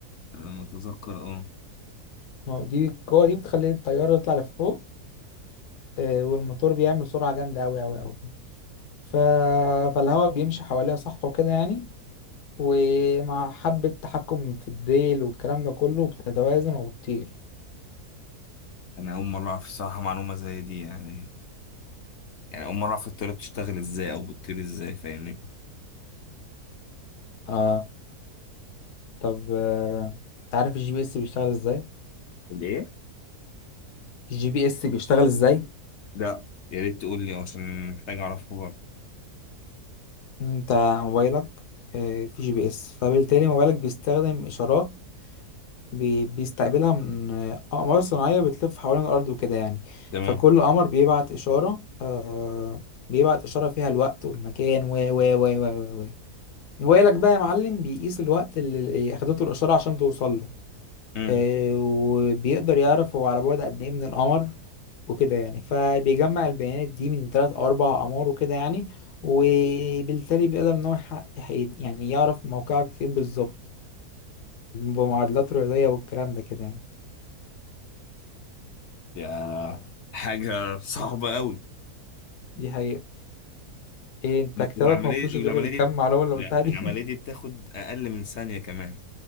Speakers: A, on the left; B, on the left.
A: انا متذكر اه
B: ما هو دي القوة دي بتخلي الطيارة تطلع لفوق آه، والموتور بيعمل سرعة جامدة أوي أوي أوي ف... فالهواء بيمشي حواليها صح وكده يعني ومع حبة تحكم في الديل والكلام ده كله بتتوازن وبتطير
A: انا اول مره اعرف الصراحه معلومه زي دي يعني يعني اول مره اعرف الطياره بتشتغل ازاي او بتطير ازاي فاهمني
B: اه طب آه، انت عارف الجي بي اس بيشتغل ازاي؟
A: ليه؟
B: الجي بي اس بيشتغل ازاي؟
A: لا يا ريت تقول لي عشان محتاج اعرفها برضه
B: انت موبايلك آه، فيه جي بي اس فبالتالي موبايلك بيستخدم إشارات بي- بيستقبلها من آه، أقمار صناعية بتلف حوالين الأرض وكده يعني
A: تمام
B: فكل قمر بيبعت إشارة آه بيبعت إشارة فيها الوقت والمكان و و و و و و موبايلك بقى يا معلم بيقيس الوقت اللي أخدته الإشارة عشان توصل له
A: امم
B: آه وبيقدر يعرف هو على بعد قد إيه من القمر وكده يعني فبيجمع البيانات دي من تلات أو أربع أقمار وكده يعني وبالتالي بيقدر إن هو يحقق يعني يعرف موقعك فين بالظبط بمعادلات رياضية والكلام ده كده يعني.
A: يا حاجه صعبه قوي
B: دي حقيقة ايه انت كتابك
A: والعمليه
B: ما فيهوش غير
A: والعمليه
B: الكم
A: دي
B: معلومة اللي
A: لا
B: قلتها دي
A: العمليه
B: <laughs>
A: دي بتاخد اقل من ثانيه كمان